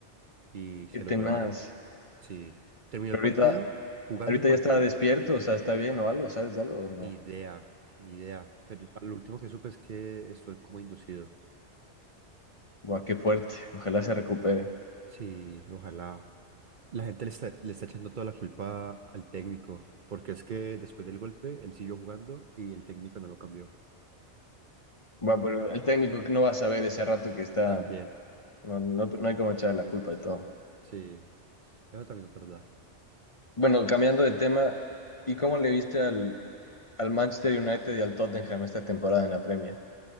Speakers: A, on the right; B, on the left.
A: y
B: Qué
A: se lo
B: tenaz.
A: llevaron. Sí, terminó
B: Pero
A: el partido,
B: ahorita,
A: jugando
B: ahorita
A: el partido,
B: ya está despierto, o sea, está bien o algo, ¿sabes de algo o no?
A: Ni idea, ni idea. Pero lo último que supe es que estuvo en coma inducido.
B: Buah, qué fuerte. Ojalá se recupere.
A: Sí, ojalá. La gente le está, le está echando toda la culpa al técnico, porque es que después del golpe él siguió jugando y el técnico no lo cambió.
B: Buah, pero el técnico no va a saber ese rato que está.
A: También,
B: No, no, no hay como echarle la culpa de todo.
A: sí, eso también es verdad.
B: Bueno, cambiando de tema, ¿y cómo le viste al, al Manchester United y al Tottenham esta temporada en la Premier?